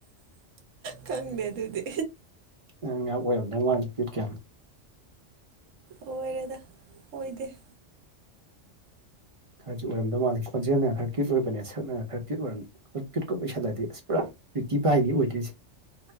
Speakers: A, on the right; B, on the right.
A: ꯈꯪꯗ‌ꯦ ꯑꯗꯨꯗꯤ꯫
B: ꯅꯪ ꯌꯥꯝ ꯑꯣꯏꯔꯝꯗꯧ ꯃꯥꯟꯂꯤ ꯀ꯭ꯌꯨꯠꯀ ꯌꯥꯝ꯫
A: ꯑꫭꯏꯔ°ꯗꯥ ꯑꯣꯏꯗ°꯫
B: ꯈꯔꯁꯨ ꯑꯣꯏꯔꯝꯗꯧ ꯃꯥꯜꯂꯤ ꯈꯣꯟꯖꯦꯜꯅ ꯈꯔ꯭ꯒ ꯀꯌꯨꯠ ꯑꯣꯏꯕꯅꯦ ꯁꯛꯅ ꯈꯔ ꯀ꯭ꯌꯨꯠ ꯑꯣꯏꯔꯝ ꯑꯃꯨꯛ ꯀꯤꯌꯨꯠꯀꯥ ꯑꯣꯏꯁꯜꯂꯗꯤ ꯑꯁ ꯄꯨꯔꯥ ꯀꯤꯌꯨꯠꯇꯤ ꯄꯥꯏꯅꯤ ꯑꯣꯏꯗꯣꯏꯁꯤ꯫